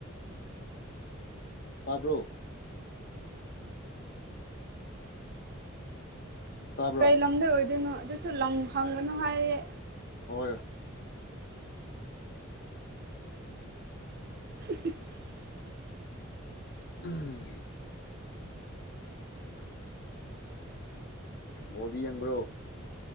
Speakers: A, on the left (about 50°); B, on the right (about 50°).
A: ꯇꯥꯕ꯭ꯔꯣ ꯇꯥꯕ꯭ꯔꯣ
B: ꯀꯩ ꯂꯝꯗꯩ ꯑꯣꯏꯗꯣꯏꯅꯣ ꯑꯗꯨꯁꯨ ꯂꯝ ꯍꯪꯒꯅꯣ ꯍꯥꯏꯌꯦ
A: ꯍꯣꯏ
B: <unintelligible>
A: ꯎꯝ ꯕꯣꯜꯗꯤ ꯌꯦꯡꯕ꯭ꯔꯣ